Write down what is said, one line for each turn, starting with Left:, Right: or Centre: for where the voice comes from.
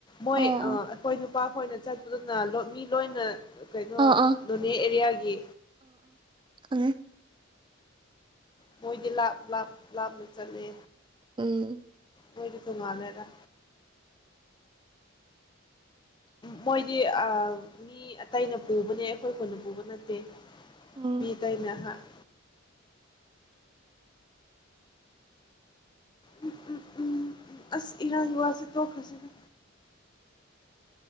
Left: ꯃꯣꯏ
Right: ꯑꯣ
Left: ꯑ ꯑꯩꯈꯣꯏ ꯅꯨꯄꯥ ꯈꯣꯏꯅ ꯆꯠꯄꯗꯨꯅ ꯂꯣꯠ ꯃꯤ ꯂꯣꯏꯅ ꯀꯩꯅꯣ
Right: ꯑꯣ ꯑꯥ ꯑꯥ
Left: ꯅꯣꯅꯦ ꯑꯦꯔꯤꯌꯥꯒꯤ
Right: ꯎꯝ
Left: ꯃꯣꯏꯗꯤ ꯂꯥꯞ ꯂꯥꯞ ꯂꯥꯞꯅ ꯆꯠꯂꯦ
Right: ꯎꯝ
Left: ꯃꯣꯏꯗꯤ ꯇꯣꯉꯥꯜꯂꯦꯗꯥ ꯃꯣꯏꯗꯤ ꯑꯥ ꯃꯤ ꯑꯇꯩꯅ ꯄꯨꯕꯅꯦ ꯑꯩꯈꯣꯏ ꯈꯨꯟ ꯄꯨꯕ ꯅꯠꯇꯦ
Right: ꯎꯝ
Left: ꯃꯤ ꯑꯥꯇꯩꯅ <unintelligible> ꯎꯝ ꯎꯝ ꯑꯁ ꯏꯔꯥꯡꯒꯤ ꯋꯥꯁꯤ ꯇꯣꯈꯔ꯭ꯁꯤꯗ